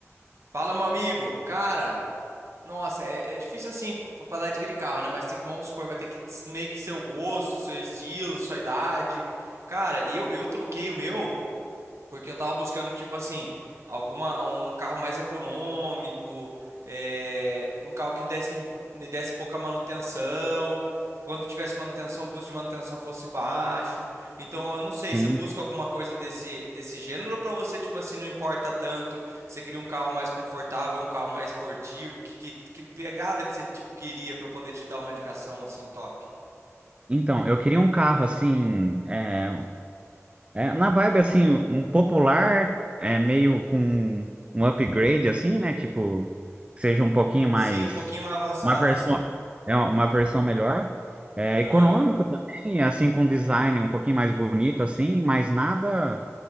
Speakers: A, on the right; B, on the right.
A: Fala, meu amigo. Cara, nossa, é, é difícil assim p- pra dar dica de carro, né? Mas tem que, vamos supor, vai ter que s- meio que seu gosto, seu estilo, sua idade. Cara, eu, eu troquei o meu. Porque eu tava buscando, tipo assim, alguma, um carro mais econômico, é, um carro que desse, me desse pouca manutenção. Quando tivesse manutenção, o custo de manutenção fosse baixo. Então, eu não sei,
B: Sim.
A: você busca alguma coisa desse, desse gênero pra você, tipo assim, não importa tanto. Você queria um carro mais confortável, um carro mais esportivo. Que, que, que pegada que você, tipo, queria pra eu poder te dar uma indicação, assim, top?
B: Então, eu queria um carro assim, é, É, na vibe, assim, um popular, é meio com um upgrade, assim, né? Tipo, que seja um pouquinho mais.
A: Sim, um pouquinho mais avançado,
B: Uma versão,
A: assim.
B: é uma versão melhor. É,
A: Aham.
B: econômico também, assim, com design um pouquinho mais bonito, assim, mas nada